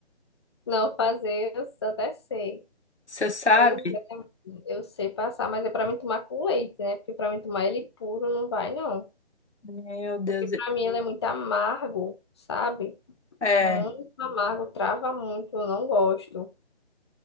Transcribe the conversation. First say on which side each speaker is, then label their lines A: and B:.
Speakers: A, on the left; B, on the left.
A: Não fazer, eu até sei.
B: Você sabe?
A: Pois é, eu sei passar, mas é pra mim tomar com leite, né? Porque pra mim tomar ele puro não vai, não.
B: Meu Deus.
A: Porque pra mim ele é muito amargo, sabe?
B: É.
A: Muito amargo, trava muito, eu não gosto.